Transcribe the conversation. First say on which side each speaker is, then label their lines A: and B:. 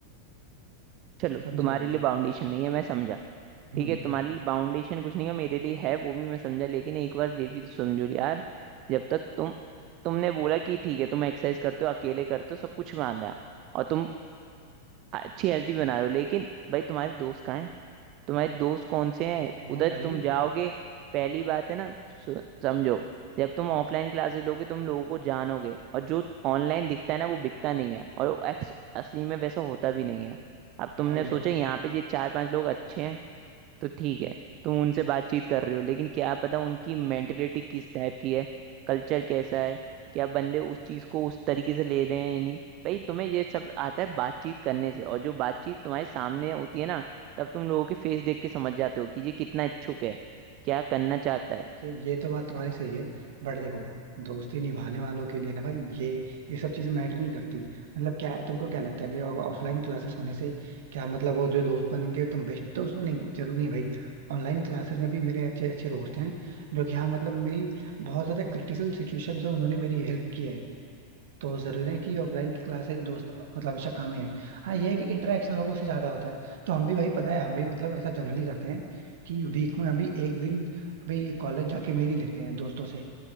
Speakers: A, on the right (about 40°); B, on the right (about 55°).
A: चलो
B: समझे
A: तुम्हारे
B: भाई
A: लिए बाउंडेशन नहीं है मैं समझा
B: हम्म
A: ठीक है तुम्हारे लिए बाउंडेशन कुछ नहीं है मेरे लिए है वो भी मैं समझा लेकिन एक बार ये भी तो समझो यार जब तक तुम तुमने बोला कि ठीक है तुम एक्सरसाइज करते हो अकेले करते हो सब कुछ मान लिया और तुम अच्छी हेल्दी बना रहे हो लेकिन भाई तुम्हारे दोस्त कहाँ हैं तुम्हारे दोस्त कौन से हैं
B: है
A: उधर
B: भाई
A: तुम जाओगे पहली बात है ना सु- समझो जब तुम ऑफलाइन क्लासेस लोगे तुम लोगों को जानोगे और जो ऑनलाइन दिखता है ना वो बिकता नहीं है और वो एक्स असली में वैसा होता भी नहीं है अब तुमने
B: भाई देखो
A: सोचा यहाँ पे ये चार पांच लोग अच्छे हैं तो ठीक है तुम उनसे बातचीत कर रहे हो लेकिन क्या पता उनकी मेंटेलिटी किस टाइप की है कल्चर कैसा है क्या बंदे उस चीज को उस तरीके से ले रहे हैं या नहीं भाई तुम्हें ये सब आता है बातचीत करने से और जो बातचीत तुम्हारे सामने होती है ना तब तुम लोगों के फेस देख के समझ जाते हो कि ये कितना इच्छुक है क्या करना चाहता है
B: ये ये तो बात तुम्हारी सही है बट देखो दोस्ती निभाने वालों के लिए ना भाई ये ये सब चीजें मैटर नहीं करती मतलब क्या तुमको क्या लगता है कि ऑफलाइन क्लासेस होने से क्या मतलब वो जो दोस्त बनेंगे एकदम बेस्ट दोस्त बनेंगे जरूरी नहीं भाई ऑनलाइन क्लासेस में भी मेरे अच्छे अच्छे दोस्त हैं जो कि हाँ मतलब मेरी बहुत ज्यादा क्रिटिकल सिचुएशन में उन्होंने मेरी हेल्प की है तो जरूरी नहीं कि ऑफलाइन की क्लास है कि दोस्त मतलब हमेशा काम ही है हाँ ये है कि इंटरेक्शन लोगों से ज्यादा होता है तो हम भी भाई पता है हम भी मतलब ऐसा जनरली करते हैं कि वीक में हम भी एक दिन अभी कॉलेज जाके मेल ही लेते हैं दोस्तों से